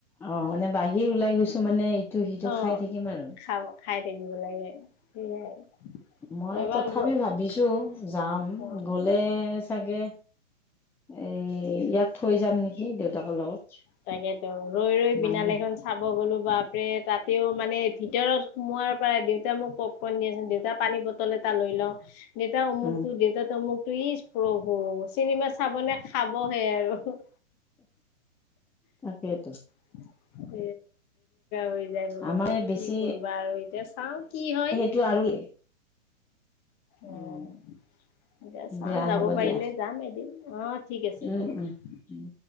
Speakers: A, in the centre; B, on the left (about 25°).
A: অ', মানে বাহিৰ ওলাই গৈছোঁ মানে ইটো সিটো
B: অ
A: খাই থাকিম আৰু।
B: খাব খাই থাকিব লাগে। সেয়াই
A: মই
B: এবাৰ
A: তথাপি
B: গ
A: ভাবিছোঁ যাম
B: অ
A: গ'লে। চাগে এই ইয়াক থৈ যাম নেকি দেউতাকৰ লগত।
B: তাকেতো ৰৈ ৰৈ
A: মাইনা
B: বিনাল এখন চাব গ'লো বাপৰে তাতেও মানে ভিতৰত সোমোৱাৰ পৰা দেউতা মোক দেউতা পানী বটল এটা লৈ লওঁ। দেউতা অমুকতটো,
A: উম
B: দেউতা অমুকতটো, ইচ প্ৰভু চিনেমা চাবনেে খাবহে আৰু
A: তাকাকেইেত
B: সয় <unintelligible> হয়। মানে
A: আমাৰ বেছি
B: কি কৰিবা আৰু এতিয়া চাও কি হয়।
A: টো আৰু
B: অ',
A: উম
B: এয়া চাওঁ
A: দিয়া
B: যাব
A: হ'ব
B: পাৰিলে
A: দিয়া
B: যাম এদিন অ', ঠিক আছে
A: উম
B: হ'ব
A: উম
B: দেয়া
A: উম